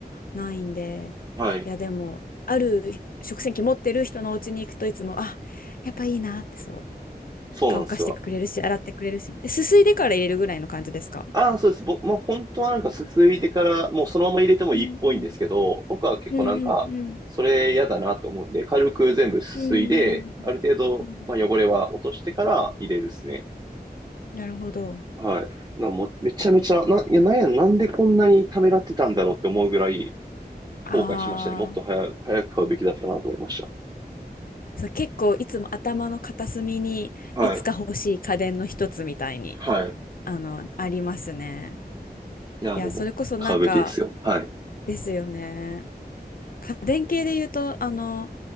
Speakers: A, on the left; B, on the right.
A: ないんで、
B: はい。
A: いやでも、ある食洗機持ってる人のお家に行くといつも、あ、やっぱいいなってそう、
B: そうなんですよ。
A: 乾かしてくれるし、洗ってくれるし、えすすいでから入れるぐらいの感じですか
B: ああ、そうです。僕、まあ、本当はなんかすすいでから、もうそのまま入れてもいいっぽいんですけど、
A: うんうん
B: 僕は結構なんか、
A: うんうん
B: それ嫌だなと思うんで、軽く全部すすいで、
A: うん
B: ある程度、
A: うんうん
B: まあ、汚れは落としてから入れるですね。
A: なるほど。
B: はい。な、もう、めちゃめちゃ、
A: でも、
B: な、いや、なんや、なんでこんなにためらってたんだろうって思うぐらい
A: ああ。
B: 後悔しましたね。もっと早く、早く買うべきだったなと思いまし
A: そう、結構いつも頭の片隅にいつか欲しい家電の一つみたいに、
B: た。はい。はい。
A: あの、ありますね。
B: いや、
A: いや、
B: もう、
A: それこそなんか
B: 買うべきですよ。はい。
A: ですよね。家電系で言うと、あの、